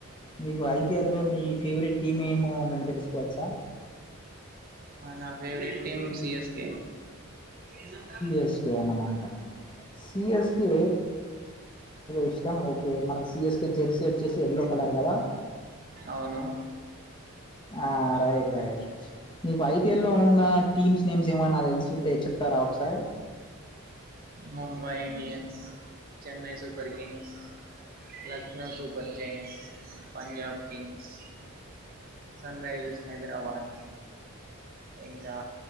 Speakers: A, on the left; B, on the right.
A: మీకు ఐపీఎల్లో మీ ఫేవరెట్ టీమ్ ఏమో మే తెలుసుకోవచ్చా
B: నా ఫేవరెట్ టీమ్ సిీఎస్క ఏనంతా
A: ఎస్ అన్నమాటఎస్కు ఇష్టం మనకి సిఎస్కే జెర్సీ వచ్చేసి ఎల్లో కలర్ కదా
B: అవును
A: ఆ రయిట్ రయిట్ ర నకు ఐపిఎల్ లో ఉన్న టీమ్స్ నేమ్స్ ఏమైన్నా తెలుసు ంటే చెప్తారా ఒకసయి
B: Mumbai Indians Chennai super Kings Lucknow super జైంస్ Punjab Kings sun Risers Hyderabad ఇంకా